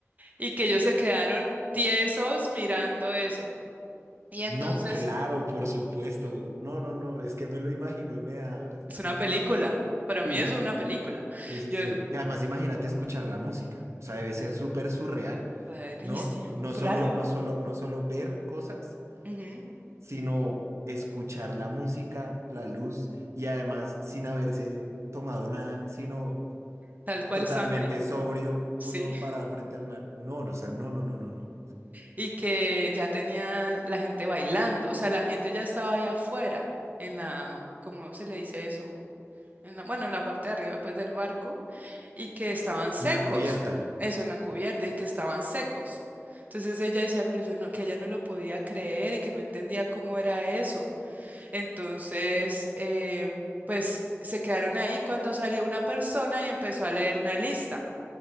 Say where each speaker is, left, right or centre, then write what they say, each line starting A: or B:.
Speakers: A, on the right; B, on the right.
A: y que ellos se quedaron tiesos mirando eso. Y entonces
B: No, claro, por supuesto. No, no, no, es que me lo imagino y me da...
A: es una
B: <laughs>
A: película, para
B: Sí.
A: mí eso es una película.
B: Sí, sí,
A: Yo,
B: sí. Y además, imagínate escuchar la música. O sea, debe ser súper surreal,
A: rarísimo,
B: ¿no? No
A: claro,
B: solo, no solo, no solo ver cosas,
A: ujú,
B: sino escuchar la música, la luz, y además sin haberse tomado nada, sino
A: tal cual
B: totalmente
A: estaban ahí,
B: sobrio,
A: sí.
B: uno parado al frente al mar. No, no, o sea, no, no, no, no, no.
A: y que ya tenía la gente bailando, o sea, la gente ya estaba ahí afuera, en la, ¿cómo se le dice eso? En la, bueno, en la parte de arriba, pues, del barco, y que estaban secos,
B: En la cubierta,
A: eso en la cubierta, y que estaban secos. Entonces ella decía, pero yo no, que ella no lo podía creer y que no entendía cómo era eso. Entonces, em, pues se quedaron ahí cuando salió una persona y empezó a leer una lista.